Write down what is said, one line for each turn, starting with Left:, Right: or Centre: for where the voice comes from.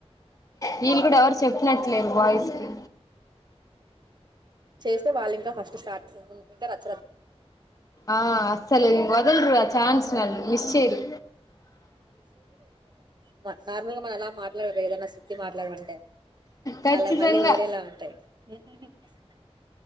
Left: వీళ్ళు కూడ ఎవరు చెప్పినట్లేరు బాయ్స్ కి
Right: చేస్తే వాళ్ళింక ఫస్ట్ స్టార్ట్ మ్ ఇంకా రార్
Left: ఆ అస్సలు ఇన్వాల్ రో <unintelligible> ఆఛాన్స్నల్ మిస్ చేయరి
Right: నా నార్మల్గా అలా మాట్లాడరేదన్నా సుత్తి మాట్లాడమంటే
Left: ఖచ్చితంగా
Right: వాళ్ళ మళ్ళీ వేరేలా ఉంటాయి <unintelligible>